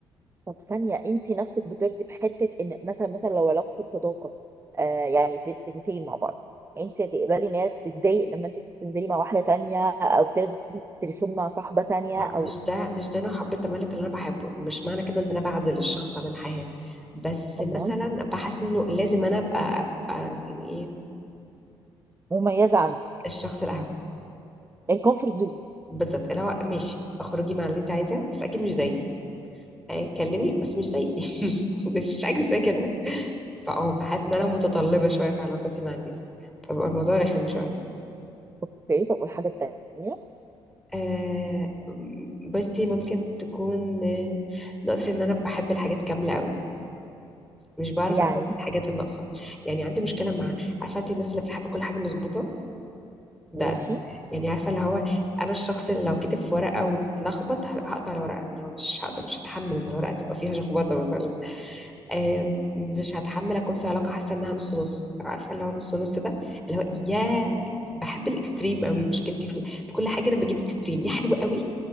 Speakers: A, on the right (about 20°); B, in the centre.
A: طب ثانيه انت نفسك بترضي بحته ان مثلا مثلا لو علاقه صداقه آه يعني ب- بنتين مع بعض انت هتقبلي ان هي تتضايق لما انت تنزلي مع واحده تانية او تلغي التليفون مع صاحبه تانية
B: لا
A: او
B: مش ده مش ده نوع حب التملك اللي انا بحبه مش معنى كده ان انا بعزل الشخص عن الحياة بس
A: امال
B: مثلا بحس انه لازم انا ابقى, أبقى يعني ايه
A: مميزه عندي
B: الشخص الاهم
A: الكومفورت زون
B: بالظبط اللي هو ماشي اخرجي مع اللي انت عايزاه بس اكيد مش زيي آه، اتكلمي بس مش زيي <laughs> مش حاجه زي كده فاه بحس ان انا متطلبه شويه في علاقتي مع الناس فبقى الموضوع رخم شويه
A: اوكي طب والحاجه التانيه
B: آه بصي ممكن تكون آه، نقطة إن أنا بحب الحاجات كاملة أوي مش بعرف
A: يعني
B: اقبل بالحاجات الناقصه يعني عندي مشكله مع عارفه انت الناس اللي بتحب كل حاجه مظبوطه ده
A: ماشي
B: أنا. يعني عارفه اللي هو انا الشخص اللي لو كتب في ورقه واتلخبط ه- هقطع الورقه يعني لو مش هقدر مش هتحمل ان الورقه تبقى فيها شخبطه مثلا آم، مش هتحمل اكون في علاقه حاسه انها نص نص عارفه اللي هو نص نص ده اللي هو يا
A: مم.
B: بحب الاكستريم قوي مشكلتي في, ال... في كل حاجه انا بجيب اكستريم يا حلو قوي